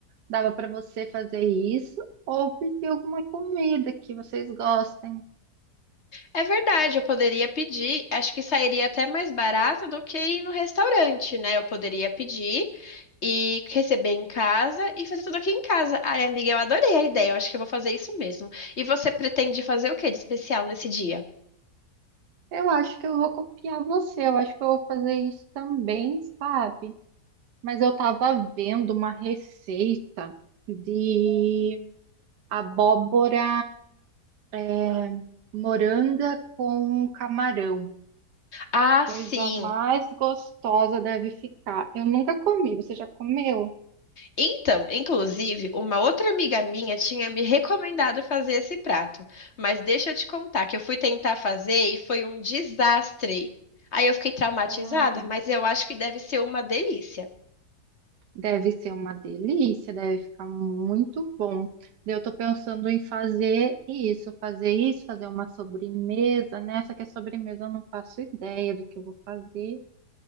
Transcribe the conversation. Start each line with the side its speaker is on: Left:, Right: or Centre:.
Right: Dava para você fazer isso ou pedir alguma comida que vocês gostem.
Left: É verdade, eu poderia pedir, acho que sairia até mais barato do que ir no restaurante, né? Eu poderia pedir e receber em casa e fazer tudo aqui em casa. Ai, amiga, eu adorei a ideia, eu acho que eu vou fazer isso mesmo. E você pretende fazer o que de especial nesse dia?
Right: Eu acho que eu vou copiar você, eu acho que eu vou fazer isso também, sabe? Mas eu estava vendo uma receita de abóbora eh, moranga com camarão.
Left: Ah,
Right: Coisa
Left: sim.
Right: mais gostosa deve ficar. Eu nunca comi, você já comeu?
Left: Então, inclusive, uma outra amiga minha tinha me recomendado fazer esse prato, mas deixa eu te contar que eu fui tentar fazer e foi um desastre. Aí eu fiquei traumatizada,
Right: Sério.
Left: mas eu acho que deve ser uma delícia.
Right: Deve ser uma delícia, deve ficar muito bom. Eu tô pensando em fazer isso, fazer isso, fazer uma sobremesa, né? Só que a sobremesa eu não faço ideia do que eu vou fazer,